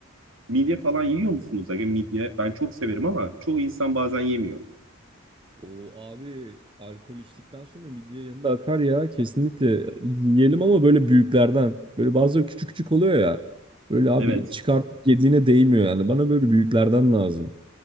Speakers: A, on the right; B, on the right.
A: midye falan yiyor musunuz? Aga midye ben çok severim ama çoğu insan bazen yemiyor.
B: O abi alkol içtikten sonra midye yanında akar ya. Kesinlikle yiyelim ama böyle büyüklerden. Böyle bazıları küçük küçük oluyor ya. Böyle abi
A: Evet.
B: çıkartıp yediğine değmiyor yani. Bana böyle büyüklerden lazım.